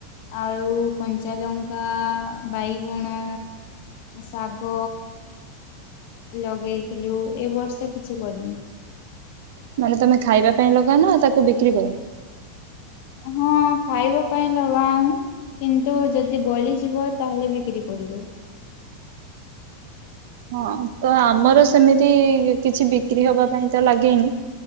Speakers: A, on the left; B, on the right.
A: ଆଉ କଞ୍ଚାଲଙ୍କା ବାଇଗଣ। ଶାଗ। ଲଗେଇଥିଲୁ ଏ ବର୍ଷ କିଛି କରିନି।
B: ମାନେ ତମେ ଖାଇବା ପାଇଁ ଲଗାଅନା ତାକୁ ବିକ୍ରି କର।
A: ହଁ ଖାଇବା ପାଇଁ ଲଗାଉଁ। କିନ୍ତୁ ଯଦି ବଳିଯିବ ତାହେଲେ ବିକ୍ରି କରିଦଉ।
B: ହଁ ତ ଆମର ସେମିତି କିଛି ବିକ୍ରି ହବା ପାଇଁ ତ ଲାଗେନି।